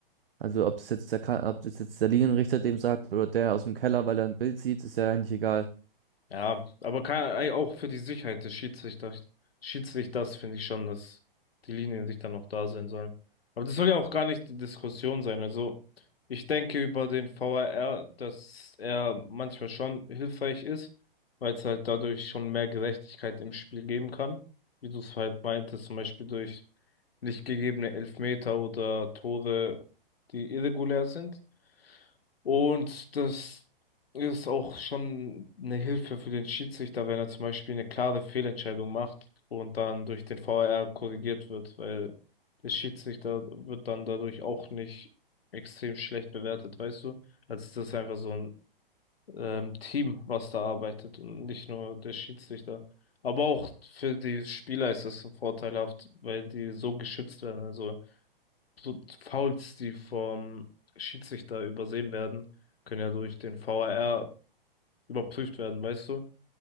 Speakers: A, on the right; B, on the left.
A: Also ob das jetzt der, Ka- ob das jetzt der Linienrichter dem sagt oder der aus dem Keller, weil er ein Bild sieht, ist ja eigentlich egal.
B: Ja, aber kann, ey, auch für die Sicherheit des Schiedsrichters, Schiedsrichters finde ich schon, dass die Linien sich dann noch da sein sollen. Aber das soll ja auch gar nicht die Diskussion sein. Also ich denke über den V A R dass er manchmal schon hilfreich ist, weil es halt dadurch schon mehr Gerechtigkeit im Spiel geben kann. Wie du es halt meintest, zum Beispiel durch nicht gegebene Elfmeter oder Tore, die irregulär sind. Und das ist auch schon eine Hilfe für den Schiedsrichter, wenn er zum Beispiel eine klare Fehlentscheidung macht und dann durch den V A R korrigiert wird, weil der Schiedsrichter wird dann dadurch auch nicht extrem schlecht bewertet, weißt du? Also das ist einfach so ein ähm, Team, was da arbeitet und nicht nur der Schiedsrichter. Aber auch für die Spieler ist das vorteilhaft, weil die so geschützt werden. Also so Fouls, die vom Schiedsrichter übersehen werden, können ja durch den VAR überprüft werden, weißt du?